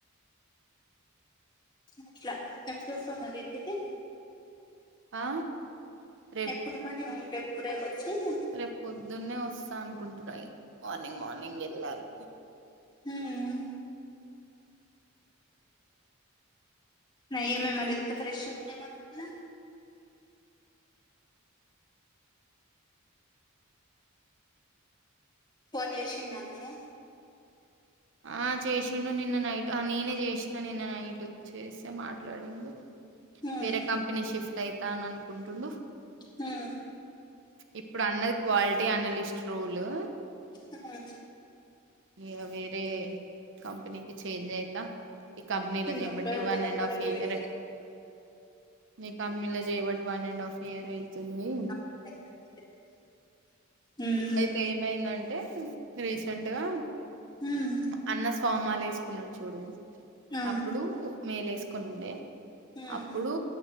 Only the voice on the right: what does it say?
ఆ రేపు
రేపు పొద్దున్నే వస్తా అనుకుంటున్నాయి మార్నింగ్ మార్నింగ్ ఎళ్ళాలి
ఆ చేసిండు నిన్న నైట్ ఆ నేనే చేసినా నిన్న నైట్ చేస్తే మాట్లాడిండు
వేరే కంపెనీ షిఫ్ట్ అయితా అని అనుకుంటుండు
ఇప్పుడు అన్నది క్వాలిటీ అనలిస్ట్ రోలు
ఇగ వేరే కంపెనీకి చేంజ్ అయితా ఈ కంపెనీలో
చేబట్టి వన్
అండ్ హాఫ్
ఇయర్
నీ కంపెనీలో చేయబట్టి వన్ అండ్ హాఫ్ ఇయర్ అయి తుంది
అయితే ఏమైందం టే రీసెంట్గా
అన్న స్వామిమాల వేసుకున్నాడు చూడు
అప్పుడు మేలు ఏసుకొని ఉండే
అప్పుడు